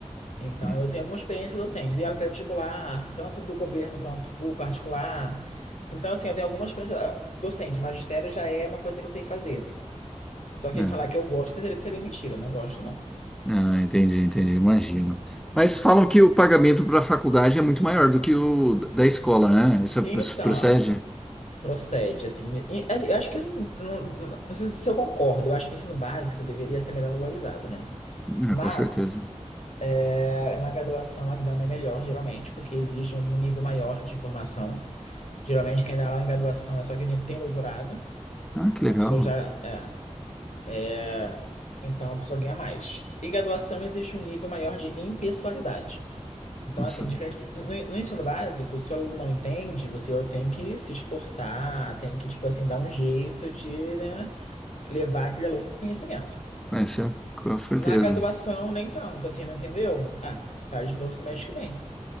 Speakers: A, on the left (about 70°); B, in the centre.
A: então
B: hum,
A: eu tenho alguma experiência docente. Dei aula para vestibular, tanto do governo quanto pu- particular. Então, assim, eu tenho alguma experiência ah, docente. Magistério já é uma coisa que eu sei fazer. Só que
B: ah,
A: falar que eu gosto seria, seria mentira, eu não gosto, não.
B: ah, entendi, entendi, imagino. Mas falam que o pagamento para a faculdade é muito maior do que o da escola, né? Isso, é,
A: Então,
B: isso procede?
A: procede, assim, e- eu acho que, não, não, não sei se eu concordo, eu acho que o ensino básico deveria ser melhor valorizado, né?
B: Hum,
A: Mas
B: com certeza.
A: é, na graduação a grana é melhor, geralmente, porque exige um nível maior de formação. Geralmente, quem dá lá em graduação é só quem tem, tem doutorado,
B: Ah, que
A: a
B: legal.
A: pessoa já. é, é. então, a pessoa ganha mais. E graduação existe um nível maior de impessoalidade. Então,
B: Isso,
A: assim, diferente. do- No, no ensino básico, se o aluno não entende, você tem que se esforçar, tem que, tipo assim, dar um jeito de, né, levar aquele aluno para o conhecimento.
B: isso é, com certeza.
A: Na graduação, nem tanto, assim, não entendeu? Ah, faz de novo semestre que vem.